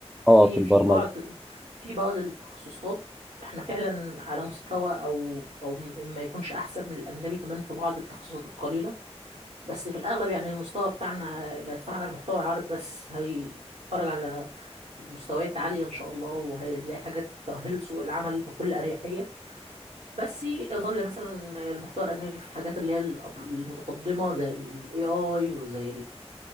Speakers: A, in the centre; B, on the right (about 80°).
A: اه
B: في
A: في البرمجة
B: في بعض في بعض التخصصات احنا فعلا على مستوى او او م- ما يكونش احسن من الاجنبي كمان في بعض التخصصات القليله بس في الاغلب يعني المستوى بتاعنا اللي هيتفرج على محتوى عرب بس هيتفرج على مستويات عاليه ان شاء الله وهيلاقي حاجات تؤهل سوق العمل بكل اريحيه بس يظل مثلا المحتوى الأجنبي في الحاجات اللي هي الأب- المتقدمة زي ال AI وزي